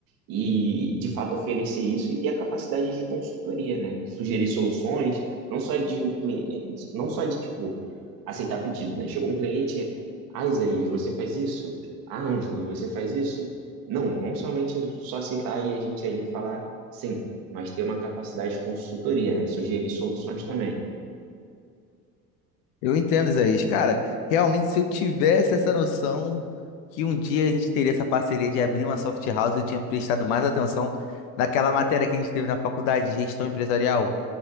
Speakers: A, on the right; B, on the left.
A: e, de fato, oferecer isso e ter a capacidade de consultoria, né? Sugerir soluções, não só de, o cliente, não só de, tipo, aceitar pedido, né? Chegou um cliente, ah, Isaías, você faz isso? Ah, Ângelo, você faz isso? Não, não somente só citar e a gente ali falar sim, mas ter uma capacidade de consultoria, né? Sugerir soluções também.
B: Eu entendo, Isaías. Cara, realmente, se eu tivesse essa noção que um dia a gente teria essa parceria de abrir uma soft house, eu tinha prestado mais atenção naquela matéria que a gente teve na faculdade de gestão empresarial.